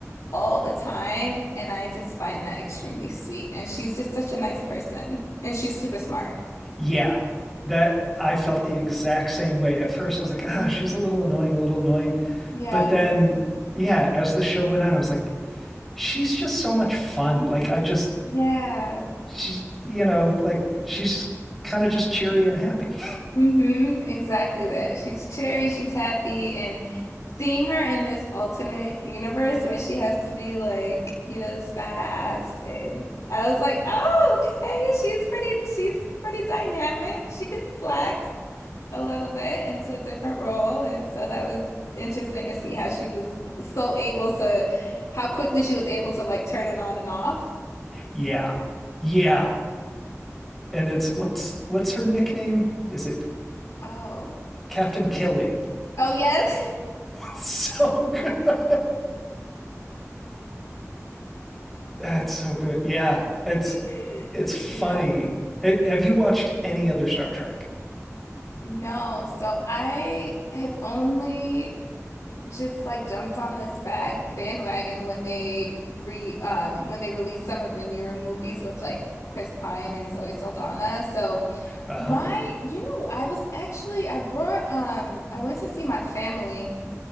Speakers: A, on the left; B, in the centre.
A: all the time, and I just find that extremely sweet. And she's just such a nice person, and she's super smart.
B: Yeah. That I felt the exact same way. At first, I was like, ah,
A: Mhm.
B: she's a little annoying, a little annoying.
A: Yeah.
B: But then, yeah, as the show went on, I was like, she's just so much fun. Like, I just,
A: Yeah.
B: she's you know like she's kind of just cheery and happy
A: hmm exactly that. She's cheery, she's happy, and seeing her in this alternate universe where she has to be like, you know, this badass. And I was like, oh, okay, she's pretty, she's pretty dynamic. She can flex a little bit into a different role. And so that was interesting to see how she was so able to, how quickly she was able to like turn it on and off.
B: yeah yeah and it's what's what's her nickname is it
A: Oh,
B: captain killy
A: oh, yes.
B: <laughs> so good that's so good yeah it's
A: <laughs>
B: it's funny
A: Yeah.
B: Ha- have you watched any other star trek
A: No, so I have only just like jumped on this bag bandwagon when they re um when they released some of the newer movies with like Chris Pine and Zoe Saldana. So
B: uh-huh
A: my, you know, I was actually I brought um I went to see my family.